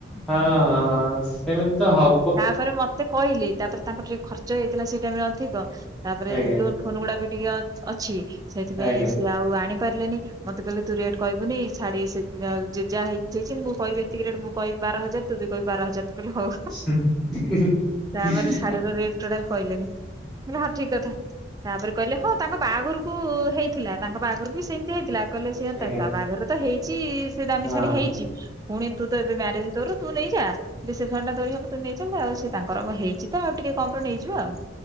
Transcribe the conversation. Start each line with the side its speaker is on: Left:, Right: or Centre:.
Centre: ହଁ ଅଁ ସେମିତି ତ ହ
Right: ତାପରେ ମୋତେ କହିଲେ ତାପରେ ତାଙ୍କର ଟିକେ ଖର୍ଚ୍ଚ ହେଇଥିଲା ସେଇ ଟାଇମ୍ ରେ ଅଧିକ। ତାପରେ
Centre: ଆଜ୍ଞା
Right: ଲୋନ୍ ଫୋନ୍ ଗୁଡା ବି ଟିକେ ଅ- ଅଛି। ସେଇଥିପାଇଁ
Centre: ଆଜ୍ଞା
Right: ସିଏ ଆଉ ଆଣି ପାରିଲେନି ମୋତେ କହିଲ ତୁ ରେଟ୍ କହିବୁନି ଶାଢ଼ୀ ସେ ଯାଉ ଯେ ଯାହା ହେଇଛି ହେଇଛିି ମୁଁ କହିବି ଯେତିକି ରେଟ୍ ମୁଁ କହିବି ବାର ହଜାର ଦେବି, ଇଏ କହିବେ ବାର ହଜାର ମୁଁ କହିଲି ହଉ
Centre: <inaudible>
Right: ତାପରେ ଶାଢୀର ରେଟ ଟୋଟାଲ କହିଲେନି, ମୁଁ କହିଲି ହଁ ଠିକ କଥା, ତାପରେ କହିଲେ ହଁ ତାଙ୍କ ବାହାଘର କୁ ହେଇଥିଲା, ତାଙ୍କ ବାହାଘର କୁ ବି ସେମିତି ହେଇଥିଲା। କହିଲେ ସେଇଆ ତ
Centre: ଆଜ୍ଞା
Right: ତା ବାହାଘରରେ ତ ହେଇଚି <unintelligible> ଦାମି
Centre: ହଁ
Right: ଶାଢ଼ୀ ହେଇଚି, ପୁଣି ତୁ ତ ଏବେ ମ୍ୟାରେଜ୍ ତୋର ତୁ ନେଇଯା। ରିସେପସନ୍ ଟା ତୋରି ହବ ତୁ ନେଇ <unintelligible> ଆଉ ସେ ତାଙ୍କର ହେଇଚି ତ ଆଉ ଟିକେ କମର ନେଇଯିବା ଆଉ।